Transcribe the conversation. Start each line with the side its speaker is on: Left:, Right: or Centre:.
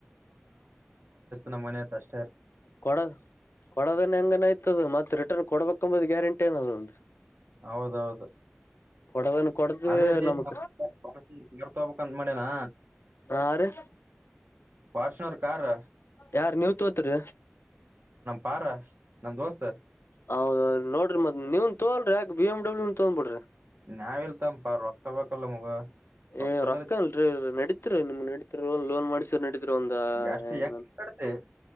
Right: ನಮ್ಮ ಮ ಅಷ್ಟ
Left: ಕೊಡ ಕೊಡದನ್ನ ಹಂಗನ ಆಯ್ತದು ಮತ್ತತ್ ರಿಟರ್ನ್ ಕೊಡ್ಬೇಕಂಬದ್ ಗ್ಯಾರಂಟಿ ಏನದ ಒಂದು
Right: ಹೌದೌದು
Left: ಕೊಡದನ್ ಕೊಡ್ದ್ವಿ
Right: ಅದೇ ರೀ
Left: ನಮಗ್
Right: ಮಾಡಾರ್ತಬಕ್ಂತ ಮಾಡೇನಾ
Left: ಆರಿ
Right: ವಾರ್ಷನರ್ ಕಾರ್
Left: ಯಾರ್ ನೀವ ತೋತ್ರಿ
Right: ಕಾರ್ ನಮ್ ದೋಸ್ತ್
Left: ಹೌದೌದು ನೋಡ್ರಿ ಮತ್ ನೀವನ್ ತೋಲ್ರಿ ಯಾಕ ಬಿ ಎಮ ಡಬ್ಲನ್ ತಗೋ ಬಿಡ್ರಿ
Right: ನಾವ್ ಇಲ್ತಂಪ ರೊಕ್ಕ ಬಲ್ಲ ನಮಗ ರೊಕ್ಕದ್ರ
Left: ಏ್ರೊಕ್ಕ ಅಲ್ರಿ ನಡೀತ್ರಿ ನಿಮ ನಡೀತ್ ಲೋನ್ ಮಾಡಸ ನಡ ಒ
Right: ಎಷ್ಟ್ ಹೆಂಗ್ ಕಡ್ತಿ